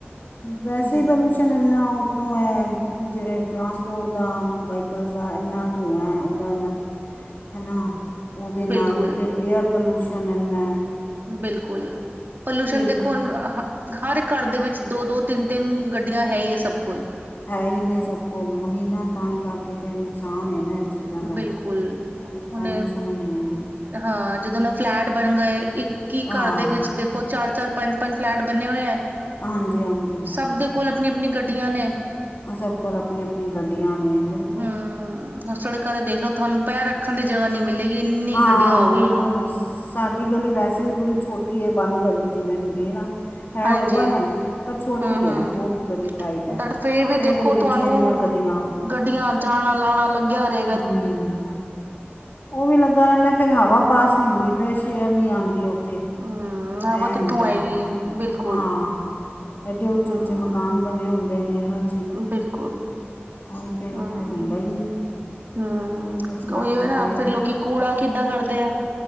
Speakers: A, on the left; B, on the right.
A: ਵੈਸੇ
B: ਹੂੰ
A: ਹੀ ਪੋਲਿਊਸ਼ਨ ਏ ਇੰਨਾਂ ਉਤੋਂ ਏ, ਜਿਹੜੇ ਟਰਾਂਸਪੋਰਟ ਦਾ, ਵਹੀਕਲਸ ਦਾ ਇੰਨਾਂ ਧੂੰਆਂ ਉਹਦਾ, ਇੰਨਾ ਹੈਨਾ ਉਹਦੇ ਨਾਲ
B: ਬਿਲਕੁਲ
A: ਫਿਰ ਏਅਰ ਪੋਲਿਊਸ਼ਨ ਇੰਨਾ
B: ਬਿਲਕੁਲ, ਪਲਿਊਸ਼ਨ
A: ਫਿਰ
B: ਦੇਖੋ
A: ਗ-
B: ਹੁਣ ਹ ਹਰ ਘਰ ਦੇ ਵਿੱਚ ਦੋ-ਦੋ, ਤਿੰਨ ਤਿੰਨ ਗੱਡੀਆਂ ਹੈ ਹੀ ਏ ਸਭ ਕੋਲ
A: ਹੈ ਹੀ ਨੇ ਸਭ ਕੋਲ, ਉਹੀ ਨਾ ਤਾਂ ਹੀ ਕਰਕੇ ਤੇ ਨੁਕਸਾਨ ਹੈ ਨਾ ਚੀਜ਼ਾਂ ਦਾ
B: ਬਿਲਕੁਲ
A: ਪਤਾ
B: ਹੁਣੇ
A: ਨੀ ਸਮਝ ਨੀ ਆਉਂਦੀ
B: ਹਾਂ, ਜਦੋਂ ਨਾ ਫਲੈਟ ਬਣ ਗਏ, ਇੱਕ ਕੀ
A: ਹਾਂ
B: ਘਰ ਦੇ ਵਿੱਚ ਦੇਖੋ ਚਾਰ- ਚਾਰ, ਪੰਜ -ਪੰਜ ਫਲੈਟ ਬਣੇੇ ਹੋਏ ਹੈ
A: ਹਾਂਜੀ ਹਾਂਜੀ।
B: ਸਭ ਦੇ ਕੋਲ ਆਪਣੀਆਂ ਆਪਣੀਆ ਗੱਡੀਆਂ ਨੇ।
A: ਸਭ ਕੋਲ ਆਪਣੀਆ ਆਪਣੀਆ ਗੱਡੀਆਂ ਨੇ।
B: ਹਮ
A: ਬਿਲਕੁਲ
B: ਸੜਕਾਂ ਤੇ ਦੇਖਲਓ ਤੁਹਾਨੂੰ ਪੈਰ ਰੱਖਣ ਦੀ ਜਗਾ ਨੀ ਮਿਲੇਗੀ ਇੰਨੀ
A: ਹਾਂ
B: ਗੱਡੀਆਂ ਹੋ
A: ਬਿਲਕੁਲ
B: ਗਈਆਂ।
A: ਸਾਡੀ ਗਲੀ ਵੈਸੇ ਵੀ ਬੜੀ ਛੋਟੀ ਹੈ ਬੰਦ ਗਲੀ ਜਿਵੇਂ ਹੁੰਦੀ ਨਾ। ਹੈ
B: ਹਾਂਜੀ
A: ਔਪਨ ਏ ਪਰ ਛੋਟੀ
B: ਹਮ ਹਮ
A: ਐ ਬਹੁਤ ਹੀ ਗਲੀ ਟਾਈਟ ਐ,
B: ਬਟ ਫੇਰ ਵੀ
A: ਓਦੇ
B: ਦੇਖੋ
A: ਵਿੱਚ
B: ਤੁਹਾਨੂੰ
A: ਹੀ ਐਨੀਆਂ ਗੱਡੀਆਂ
B: ਗੱਡੀਆਂ ਜਾਣਾ ਲਾਣਾ ਲੱਗਿਆ ਰਹੇ।
A: ਹਮ। ਉਹ ਵੀ ਲੱਗਾ ਰਹਿੰਦਾ ਫਿਰ ਹਵਾ ਪਾਸ ਨਹੀਂ ਹੁੰਦੀ ਫਰੈਸ਼ ਏਅਰ ਨਹੀਂ ਆਉਂਦੀ ਉੱਥੇ।
B: ਹਮ ਹਵਾ
A: ਇਹ ਹੁੰਦਾ
B: ਕਿੱਥੋਂ ਆਏਗੀ
A: ਹੈ।
B: ਬਿਲਕੁਲ।
A: ਹਾਂ ਐਡੇ ਉੱਚੇ
B: ਹਮ
A: ਉੱਚੇ ਮਕਾਨ ਬਣੇ ਹੁੰਦੇ ਨੇ ਹਰ।
B: ਬਿਲਕੁਲ।
A: ਕੋਈ ਤੇ ਉਹ
B: ਹਮ
A: ਫਿਰ ਹੁੰਦਾ ਹੀ ਨਹੀਂ।
B: ਹਮ
A: ਇਸ ਕਰਕੇ
B: ਉਹੀ
A: ਬੜਾ
B: ਨਾ ਫੇਰ ਲੋਕੀ ਕੂੜਾ ਕਿੱਦਾਂ ਕਰਦੇ ਆ।